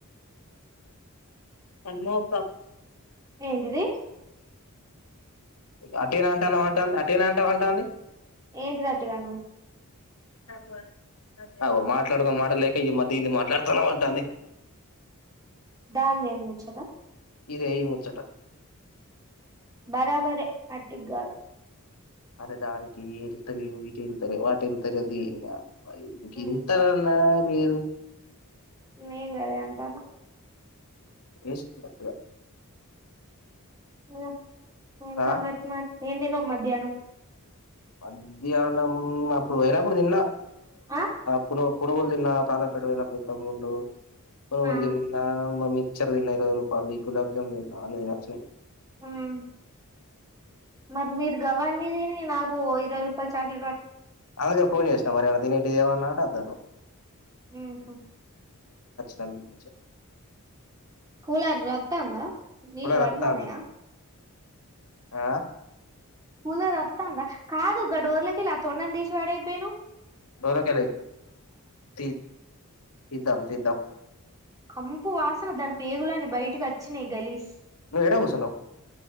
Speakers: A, on the left; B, on the right.
A: అమ్మూ కప్
B: ఏంటిది
A: అటిరా అంటునావ్ అంటా అంట తేన అంటామంటా అండి
B: ఏంటి రాతిగాను
A: ట్ అో మాట్లాడుకో మాటలేక ఇ మధ్య ఇన్ని మాట్లాడుతాను అంటాంది
B: దాన్ని ఏం ముంచారా
A: ఇద ఈ ముదట
B: బరాబర అటి గల్
A: అరే దానికి వెళ్తలే వకెళ్తలే వాటి వెళ్ తలే అది ఇం
B: ఉమ్
A: ఇంతరనా మిరు
B: నేను కదే అంటాను
A: వస్ట్ వోధు
B: ఓ ఏన్
A: ఆ
B: దంగత్ మ ఏం తున్నావు మధ్యాహ్నం
A: మధ్యాహ్నం అప్పుడు పోయినప్పుడు నిన్న
B: ఆ
A: తన్నా పుగులు తిన్నా చాలా పెడివైన పెంత ముందు పో బలీ
B: ఆ
A: నా మమ్మీ ఇచ్చర తిన ఇరవై రూపాయల్ది గులాబ్ జామున్ అన్ని నచ్చాయి
B: మ్ మరి మీరు గవన్నదిని నాకు ఓ ఇరవై రూపాయిలా చాక్లేట్
A: అే ఫోన్ చేసినం మ తిన నాటద్దాను
B: మ్ హు
A: తమి మజ
B: కూలర్ రత్తాందా నీళ్ళు
A: కూలర్
B: వడతాన్నాయా
A: వత్తాంది ఆ
B: కూలర్ అత్తాందా కాదు ఓగ డోర్లకెల్లి ఆ తోండను తీసి వాడయిపోయిను
A: డోరకెలి తీ తీద్దాం తీద్దాం
B: కంపు వాసన దాని పేగులని బయటకి అచ్చినాయి గలీస్
A: నువ్వు ఏడ గూసన్నావు